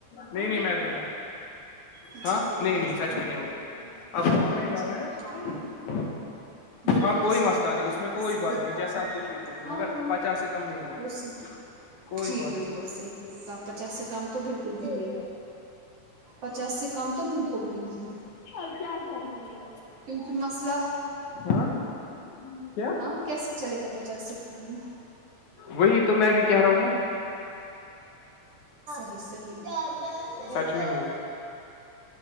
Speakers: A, on the left; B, on the right.
A: نہیں نہیں میں دوںا
B: جی
A: ہاں نہیں
B: بالکل
A: نہیں
B: صحیح
A: سچ میں نہیں ہوگا آپ کو آن لائن
B: جی
A: ڈالنا ہے نا
B: ہاں بالکل
A: ہاں کوئی
B: صحیح
A: مسئلہ نہیں اس میں کوئی
B: اسی
A: بات
B: سے
A: نہیں جیسا آپ کو ٹھیک لگے
B: ہاں
A: مگر
B: ہاں
A: پچاس کم نہیں ہو بھائی
B: وہ صحیح
A: کوئی
B: جی
A: بات
B: بالکل
A: نہیں
B: صحیح کہا پچاس سے کم تو بالکل بھی نہیں پچاس سے کم تو بالکل بھی نہیں
A: اب کیا کروں گی
B: کیونکہ مسئلہ ہے
A: میں ہاں کیا
B: ہاں کیسے چلے گا پچاس سے کم بھی
A: وہ تو میں بھی کہہ رہا ہوں نا
B: یی زیادہ
A: سچ
B: دو
A: میں نہیں
B: <inaudible>
A: ہوگا